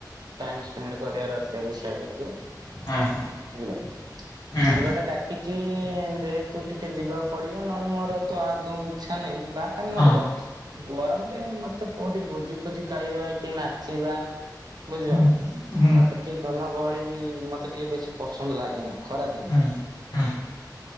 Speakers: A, on the right (about 65°); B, on the left (about 70°).
A: ଟାଇ ସ୍ପେଣ୍ଡ କରିବାର ଅଛି ଆଡେ ଟେ ବୁଝିଲା।
B: ହୁଁ ହଁ ହଁ
A: ସାଙ୍ଗ ଟା ଡାକିଛି ଯେହ ତୁ ଟିକେ ଯିବାକୁ ପଡିବ, ନହେଲେ ମୋର ତ ଆଦୌ ଇଚ୍ଛା ନାହିଁ, ବା କ ନ
B: ହଁ ହଁ
A: ଦେ କ ଗରମରେ ମତେ କୋଉଠି ଭୋଜି ଫୋଜି ଖାଇବା କି ନାଚିବା ବୁଝିପ
B: ହୁଁ ହୁଁ
A: ମତେ ଟିକେ ଜନଗହଳି ବି ମତେ ଟିକେ ବେଶୀ ପସନ୍ଦ ଲାଗେନା। ଖରାଦିନେ
B: ହୁଁ